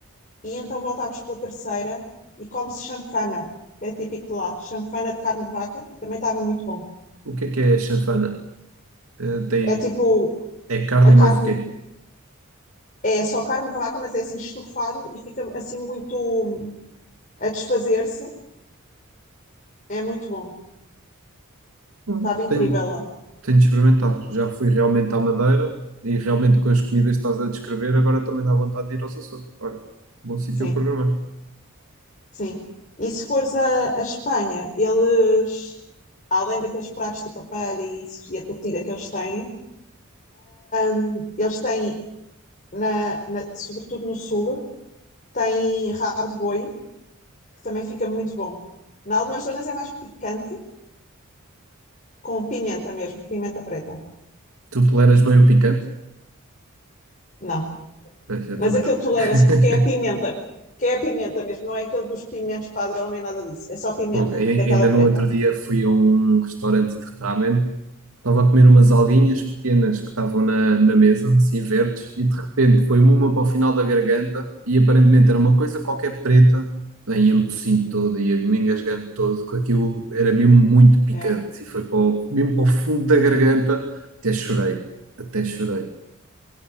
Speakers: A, on the left; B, on the right.
A: e então voltámos pela terceira e come-se chanfana. É típico de lá, chanfana de carne de vaca, também estava muito bom.
B: O que é que é a chanfana? Eh, tem,
A: É tipo,
B: é carne
A: a carne
B: e mais o quê?
A: é só carne de vaca, mas é assim estufado e fica assim muito hum, a desfazer-se. É muito bom.
B: Hum.
A: Estava incrível
B: Tenho,
A: lá.
B: tenho de experimentar. Já fui realmente à Madeira e realmente com as comidas que estás a descrever, agora também dá vontade de ir aos Açores. Olha, bom sítio
A: Sim,
B: a programar.
A: sim. E se fores a, a Espanha, eles, além daqueles pratos tipo a paella e isso, e a tortilha que eles têm, hum, eles têm, na, na- sobretudo no sul, têm rabo de boi, que também fica muito bom. Em algumas zonas é mais picante, com pimenta mesmo, pimenta preta.
B: Tu toleras bem o picante?
A: Não,
B: Pois, eu
A: mas
B: também
A: aquele
B: não. <laughs>
A: tolera-se porque é a pimenta, porque é a pimenta mesmo, não é aquele dos pimentos padrão nem nada disso, é só pimenta,
B: Fogo. Ai-
A: daquela
B: Ainda no
A: preta.
B: outro dia fui a um restaurante de ramen, estava a comer umas alguinhas pequenas que estavam na, na mesa, assim verdes, e de repente foi uma para o final da garganta e aparentemente era uma coisa qualquer preta. Bem, ia-me tossindo todo, ia me engasgando todo, com aquilo era mesmo muito picante
A: É,
B: e foi para o- mesmo para o fundo da garganta, até chorei, até chorei.